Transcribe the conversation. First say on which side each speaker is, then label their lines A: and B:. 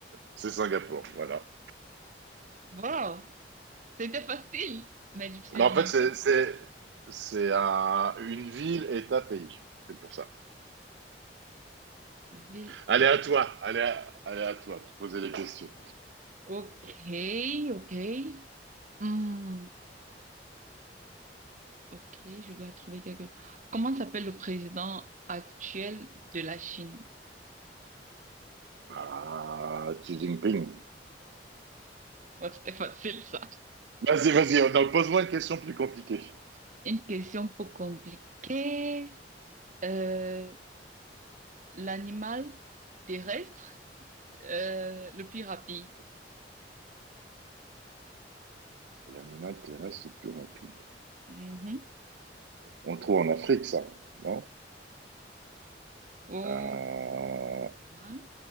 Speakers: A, on the right; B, on the right.
A: C'est Singapour, voilà.
B: Wow! C'était facile, mais difficile
A: Mais en
B: en même
A: fait, c'est,
B: temps.
A: c'est, c'est un- une ville et un pays. C'est pour ça.
B: Ville
A: Allez
B: et...
A: à toi, allez à, allez à toi, de poser les questions.
B: Ok, ok. Hmm, ok, je dois trouver quelque... Comment s'appelle le président actuel de la Chine?
A: Ah, Xi Jinping.
B: Ouais, C'était facile, ça.
A: Vas-y, vas-y, euh, non, pose-moi une question plus compliquée.
B: Une question peu compliquée. Euh, l'animal terrestre euh, le plus rapide.
A: L'animal terrestre le plus rapide.
B: Mhm.
A: On le trouve en Afrique, ça, non?
B: Oh,
A: Euh,
B: hein,